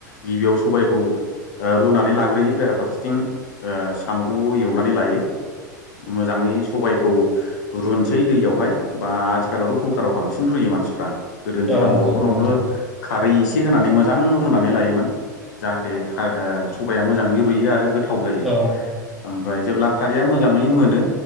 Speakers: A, on the left; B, in the centre.
A: गिबियाव सबायखौ ओ रुनानै लाग्रोयो बेराफारसेथिं ओ साम'खौबो एवनानै लायो मोजाङै सबायखौ रुनोसै दैयावहाय बा आथिखालावथ कुकार आाव बांसिन रुयो मानसिफ्रा गोदोनि
B: अ
A: दिनाव
B: नंगौ
A: फटनावनो
B: नंगौ नोंथां
A: खारै एसे होनानै मोजां रुनानै लायोमोन जाहाथे ओ सबाया मोजाङै रुइयो आरो गोथाव जायो
B: अ
A: ओमफ्राय जेब्ला खारैया मोजाङै मोनो